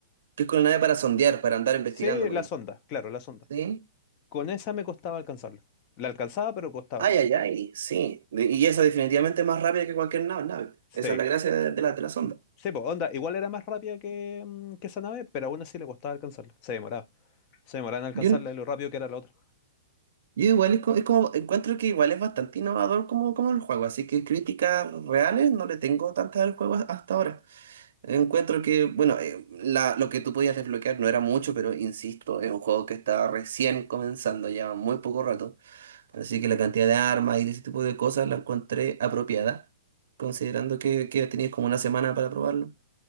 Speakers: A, on the right; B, on the left.
A: Que es con la nave para sondear, para andar investigando,
B: Sí,
A: por
B: la
A: ejemplo.
B: sonda, claro, la sonda.
A: ¿Sí?
B: Con esa me costaba alcanzarla. La alcanzaba, pero costaba.
A: Ay, ay, ay, sí. De- Y esa definitivamente es más rápida que cualquier nave. nave. Esa
B: Sí,
A: es la gracia de, de la, de la sonda.
B: sí, pues, onda, igual era más rápida que, mm, que esa nave, pero aún así le costaba alcanzarla. Se demoraba. Se demoraba en alcanzarla
A: Yo,
B: y lo rápido que era la otra.
A: Yo igual es co- es como, encuentro que igual es bastante innovador como, como el juego, así que críticas reales no le tengo tantas al juego hasta ahora. Encuentro que, bueno, eh, la- lo que tú podías desbloquear no era mucho, pero insisto, es un juego que está recién comenzando, lleva muy poco rato, así que la cantidad de armas y de ese tipo de cosas la encontré apropiada, considerando que, que tenías como una semana para probarlo.